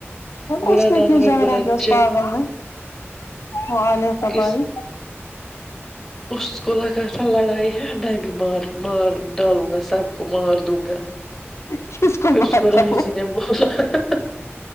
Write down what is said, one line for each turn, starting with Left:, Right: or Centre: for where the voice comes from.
Centre: بولا
Left: اس نے
Centre: نہ
Left: کیوں
Centre: ہمیں
Left: جھگڑا
Centre: بولا
Left: کیا اس
Centre: چ
Left: پاگل نے وہ آالیہ کا
Centre: کس
Left: بھائی
Centre: اس کو لگا پ ل ائی ہے میں بھی مار مار ڈالوں گا سب کو مار دوں گا
Left: کس
Centre: پھر
Left: مارتا
Centre: اس کو راہی جی نے بولا <unintelligible>